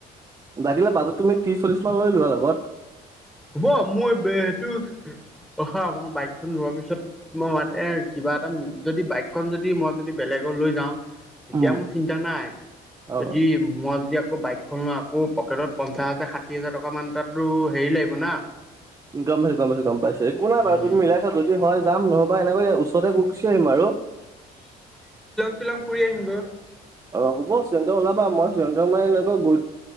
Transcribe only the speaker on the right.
<inaudible> লাগিলে বাটত তুমি ত্ৰিশ চল্লিশ মান লৈ লোৱা লগত।
উম।
অ',
গম পাইছ গম পাইছ গম পাইছ একো নাই বাৰু
তুমি মিলাইছা যদি হয় যাম ন বা এনেকৈ ওচৰতে গৈ গুচি আহিম আৰু।
অ হ'ব চিলংতে ওলাবা মই চিলং-থিলং মানে এনেকৈ ঘু